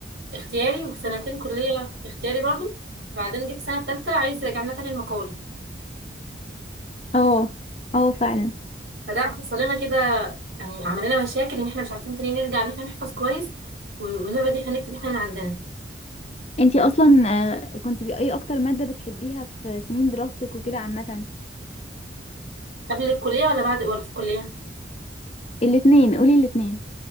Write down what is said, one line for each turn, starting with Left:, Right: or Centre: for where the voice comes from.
Right: اختياري وسنتين كليه اختياري برضو وبعدين جيت السنه الثالثه عايز يرجعنا تاني المقالي
Left: اه اه فعلا
Right: فده حصل لنا كده يعني عمل لنا مشاكل ان احنا مش عارفين تاني نرجع ان احنا نحفظ كويس و- ونقعد احنا نكتب احنا من عندنا
Left: انتي اصلا آه، كنتي باي اكتر مادة بتحبيها في سنين دراستك وكده عامة
Right: قبل الكليه ولا بعد ولا في الكليه
Left: الاتنين قولي الاتنين